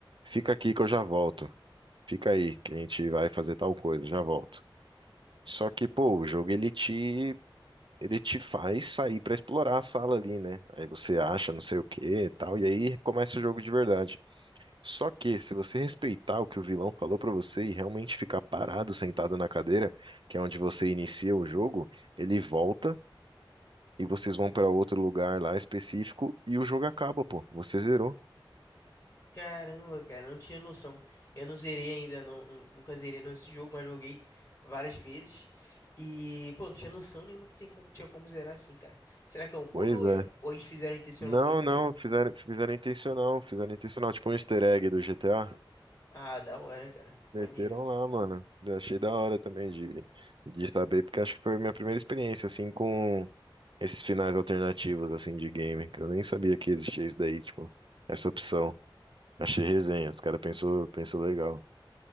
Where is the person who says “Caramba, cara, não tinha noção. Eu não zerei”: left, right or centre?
Left